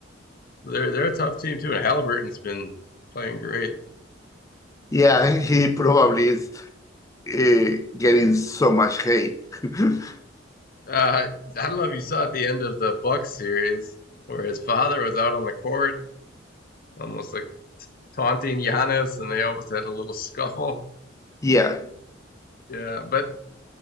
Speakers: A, on the left (about 45°); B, on the left (about 15°).
A: They're they're a tough team too, and Halliburton's been playing great.
B: Yeah, he probably is. uh, getting so much hate. <laughs>
A: Uh, I I don't know if you saw at the end of the Bucks series where his father was out on the court, almost like taunting Giannis, and they almost had a little scuffle.
B: Yeah,
A: Yeah, but